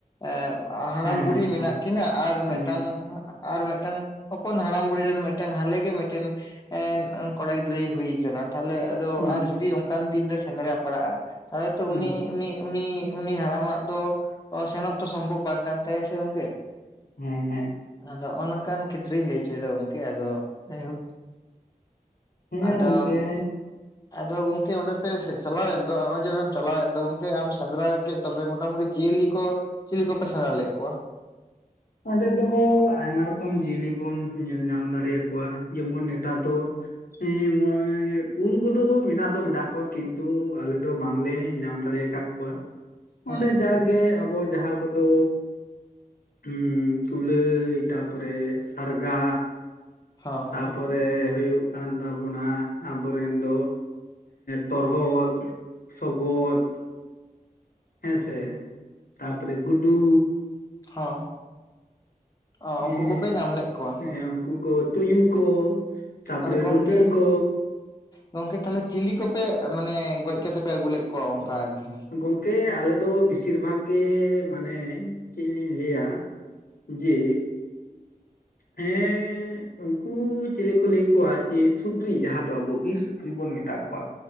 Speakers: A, on the left (about 25°); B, on the left (about 75°).
A: ᱮᱸᱻ ᱦᱟᱲᱟᱢ
B: ᱦᱮᱸ
A: ᱵᱩᱲᱦᱤ
B: ᱟᱪᱪᱷᱟ
A: ᱢᱮᱱᱟᱜ ᱠᱤᱱᱟᱹ ᱟᱨ
B: ᱦᱮᱸ
A: ᱢᱤᱫᱴᱟᱝ
B: ᱟᱪᱪᱷᱟ
A: ᱦᱟᱸᱜ ᱟᱨ ᱢᱤᱫᱴᱟᱝ ᱦᱚᱯᱚᱱ ᱦᱟᱲᱟᱢ ᱵᱩᱲᱦᱤ ᱨᱮᱱ ᱢᱤᱫᱴᱟᱝ ᱦᱟᱞᱮᱜᱮ ᱢᱤᱫᱴᱟᱝ ᱮᱸᱻ ᱠᱚᱲᱟ ᱜᱤᱫᱽᱨᱟᱹᱭ ᱦᱩᱭ ᱟᱠᱟᱱᱟ, ᱛᱟᱦᱚᱞᱮ ᱟᱫᱚ
B: ᱦᱩᱸ
A: ᱟᱨ ᱡᱩᱫᱤ ᱚᱱᱠᱟᱱ ᱫᱤᱱ ᱨᱮ ᱥᱮᱸᱫᱨᱟ ᱯᱟᱲᱟᱜᱼᱟ, ᱛᱟᱭᱟᱭ ᱛᱚ
B: ᱦᱩᱸ
A: ᱩᱱᱤ ᱩᱱᱤ ᱩᱱᱤ ᱩᱱᱤ ᱦᱟᱲᱟᱢᱟᱜ ᱫᱚ ᱥᱮᱱᱚᱜ ᱛᱚ ᱥᱚᱢᱵᱷᱚᱵ ᱵᱟᱝ ᱠᱟᱱ ᱛᱟᱭᱟ ᱥᱮ ᱜᱚᱢᱠᱮ,
B: ᱦᱮᱸ ᱦᱮᱸ᱾
A: ᱟᱫᱚ ᱱᱚᱜᱼᱚ ᱱᱚᱝᱠᱟᱱ ᱠᱷᱮᱛᱨᱮᱧ ᱞᱟᱹᱭ ᱦᱚᱪᱚᱭᱮᱫᱟ ᱜᱚᱢᱠᱮ ᱟᱫᱚ ᱡᱟᱭᱦᱳᱠ
B: ᱦᱮᱸ
A: ᱟᱫᱚ
B: ᱜᱚᱝᱠᱮ
A: ᱟᱫᱚ ᱜᱚᱢᱠᱮ ᱚᱸᱰᱮ ᱯᱮ ᱪᱟᱞᱟᱣᱮᱱ ᱫᱚ ᱱᱚᱜᱼᱚᱭ ᱡᱮ ᱟᱢᱮᱢ ᱪᱟᱞᱟᱣᱮᱱ ᱫᱚ ᱜᱚᱢᱠᱮ ᱟᱢ ᱥᱮᱸᱫᱽᱨᱟ ᱠᱮᱫ ᱫᱚᱯᱮ ᱢᱚᱴᱟᱢᱩᱴᱤ ᱡᱤᱭᱟᱹᱞᱤ ᱠᱚ ᱪᱤᱞᱤ ᱠᱚᱯᱮ ᱥᱮᱸᱫᱽᱨᱟ ᱞᱮᱫ ᱠᱚᱣᱟ?
B: ᱚᱸᱰᱮ ᱫᱚ ᱟᱭᱢᱟ ᱨᱚᱠᱚᱢ ᱡᱤᱭᱟᱹᱞᱤ ᱵᱚᱱ ᱧᱮᱞ ᱧᱟᱢ ᱫᱟᱲᱮ ᱟᱠᱚᱣᱟ, ᱡᱮᱢᱚᱱ ᱱᱮᱛᱟᱨ ᱫᱚ ᱦᱮᱸ ᱠᱩᱞ ᱠᱚᱫᱚ ᱠᱚ ᱢᱮᱱᱟᱜ ᱫᱚ ᱢᱮᱱᱟᱜ ᱠᱚᱣᱟ, ᱠᱤᱱᱛᱩ ᱟᱞᱮ ᱫᱚ ᱵᱟᱝᱞᱮ ᱧᱟᱢ ᱫᱟᱲᱮᱠᱟᱫ ᱠᱚᱣᱟ᱾
A: ᱦᱩᱸ
B: ᱚᱸᱰᱮ ᱡᱟᱜᱮ ᱟᱵᱚ ᱡᱟᱦᱟᱸ ᱠᱚᱫᱚ ᱦᱩᱸ, ᱠᱩᱞᱟᱹᱭ ᱛᱟᱯᱚᱨᱮ ᱥᱟᱨᱜᱟ
A: ᱦᱚᱸ
B: ᱛᱟᱯᱚᱨᱮ
A: ᱦᱚᱸ
B: ᱨᱮ ᱦᱩᱭᱩᱜ ᱠᱟᱱ ᱛᱟᱵᱚᱱᱟ ᱟᱵᱚᱨᱮᱱ ᱫᱚ ᱛᱚᱨᱦᱚᱫ, ᱥᱚᱜᱚᱫ᱾ ᱦᱮᱸ ᱥᱮ, ᱛᱟᱯᱚᱨᱮ
A: ᱦᱚᱸ
B: ᱜᱩᱰᱩ᱾
A: ᱦᱚᱸ ᱚ, ᱩᱱᱠᱩ
B: ᱮᱸ
A: ᱠᱚᱯᱮ ᱧᱟᱢ ᱞᱮᱫ ᱠᱚᱣᱟ᱾
B: ᱦᱮᱸ ᱩᱱᱠᱩ ᱠᱚ ᱛᱩᱭᱩ ᱠᱚ, ᱛᱟᱯᱚᱨᱮ
A: ᱟᱫᱚ ᱜᱚᱢᱠᱮ
B: ᱨᱩᱰᱟᱹ ᱠᱚ
A: ᱜᱚᱢᱠᱮ ᱛᱟᱦᱚᱞᱮ ᱪᱤᱞᱤ ᱠᱚᱯᱮ ᱢᱟᱱᱮ ᱜᱚᱡ ᱠᱟᱛᱮ ᱯᱮ ᱟᱹᱜᱩ ᱞᱮᱫ ᱠᱚᱣᱟ ᱚᱱᱠᱟ ᱟᱨᱠᱤ?
B: ᱜᱚᱢᱠᱮ ᱟᱞᱮᱫᱚ ᱵᱮᱥᱤᱨ ᱵᱷᱟᱜᱽ ᱜᱮ ᱢᱟᱱᱮ ᱪᱮᱫ ᱞᱤᱧ ᱞᱟᱹᱭᱟ ᱡᱮ, ᱦᱮᱸ ᱩᱱᱠᱩ ᱪᱤᱞᱤ ᱠᱚ ᱞᱟᱹᱭ ᱠᱚᱣᱟ, ᱡᱮ ᱥᱩᱠᱨᱤ ᱡᱟᱦᱟᱸ ᱫᱚ ᱟᱵᱚ ᱵᱤᱨ ᱥᱩᱠᱨᱤ ᱵᱚᱱ ᱢᱮᱛᱟ ᱠᱚᱣᱟ,